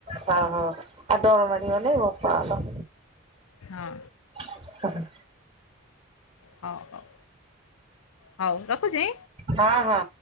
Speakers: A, on the right; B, on the left.
A: ହ ହୋ ଆଉ ଡର ମାଡିବନି ବୋପାଲୋ।
B: ହଁ।
A: ହୁଁ।
B: ହଉ ହଉ ହଉ ରଖୁଛି।
A: ହଁ ହଁ।